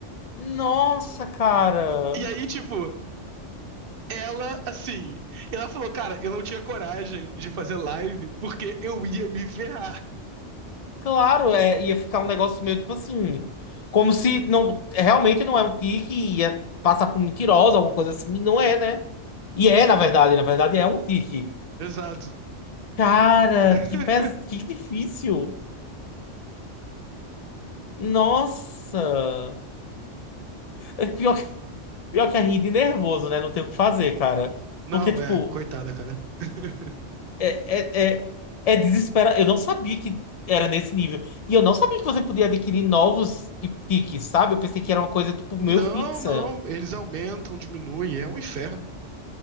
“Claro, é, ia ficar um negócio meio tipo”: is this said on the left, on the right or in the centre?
Left